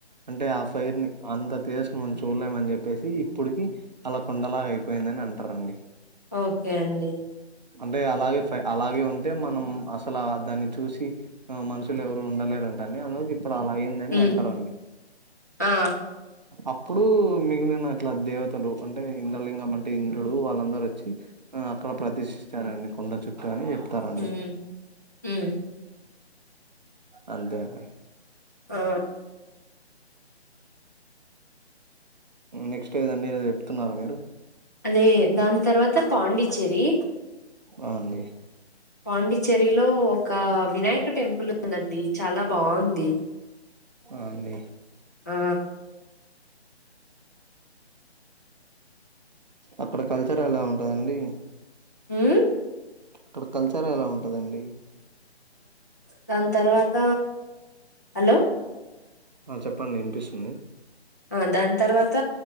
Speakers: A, on the right; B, on the left.
A: అంటే ఆ ఫైర్ ని అంత తేజస్సు మనం చూడలేమని చెప్పేసి ఇప్పడికి అలా కుండలాగా అయిపోయిందని అంటారండి
B: ఓకే అండి
A: అంటే అలాగే ఫై అలాగే ఉంటే మ మనం అసలు దాన్ని చూసి మనుషులు ఎవరు ఉండలేరట అందులో ఇప్పుడు అలా అయిందని
B: ఉమ్
A: అంటారండి
B: ఆ
A: అప్పుడు మిగిలిన అట్లా దేవతలు అంటే ఇంద్రలింగం అంటే ఇంద్రుడు వాళ్ళందరుూ వచ్చి ఆ అక్కడ ప్రదర్శిస్తారండి కొండ చుట్టూ అని చెప్తారండి
B: హ్మ్మ్
A: అంతే అండి
B: ఆ
A: నెక్స్ట్ ఏదండి చె చెస్తున్నారు మీరు
B: లే దాని తర్వాత పాండిచ్చేరి
A: ఆ అండి
B: పాండిచ్చేరిలో ఒక వినాయక టెంపుల్ ఉందండి చాలా బాగుంది
A: ఆ అండి
B: ఆ
A: అక్కడ కల్చర్ ఎలా ఉంటదండి
B: హు
A: అక్కడ కల్చర్ ఎలా ఉంటదండి
B: దాని తర్వాత హలో
A: ఆ చెప్పండి వినిపిస్తుంది
B: ఆ దాని తర్వాత